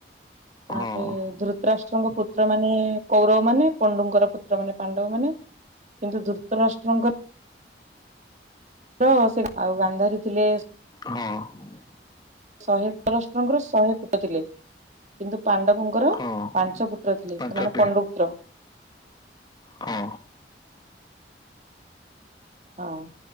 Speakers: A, on the right (about 40°); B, on the left (about 25°).
A: ତାପରେ
B: ହଁ
A: ଧୁତ ଧୂତରାଷ୍ଟ୍ରଙ୍କ ପୁତ୍ରର ମାନେ କୌରବ ମାନେ ପଣ୍ଡୁଙ୍କର ପୁତ୍ର ମାନେ ପାଣ୍ଡବ ମାନେ। କିନ୍ତୁ ଧୁତରାଷ୍ଟ୍ରଙ୍କ ତ ସେ ଆଉ ଗାନ୍ଧାରୀ ଥିଲେ
B: ହଁ
A: ଶହେ ଧୂତରାଷ୍ଟ୍ରଙ୍କର ଶହେ ଫୁଅ ଥିଲେ। କିନ୍ତୁ ପାଣ୍ଡବଙ୍କର
B: ହଁ
A: ପାଞ୍ଚ ପୁତ୍ର ଥିଲେ
B: ପାଞ୍ଚଟି
A: ସେମାନେ ପଣ୍ଡୁପୁତ୍ର।।
B: ହଁ
A: ହୋଉ।